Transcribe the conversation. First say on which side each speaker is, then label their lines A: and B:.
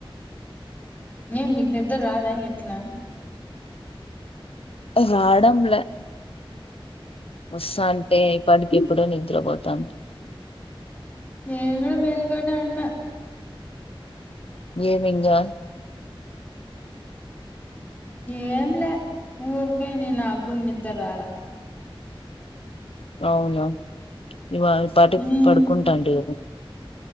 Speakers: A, on the left; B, on the left.
A: ఏం నీకు నిద్దర రాద ఎట్ల
B: రాడంలె వస్తంటే ఇప్పటికి ఇప్పుడె నిద్రపొతాద్
A: నేను గూడా మేల్కొనె ఉన్న
B: గేమింగా
A: ఏంలే ఊరికెనే నాక్ కూడా నిద్రరాల
B: అవున ఇవాళ బతుక్
A: ఉమ్
B: పడుకుంటఅండి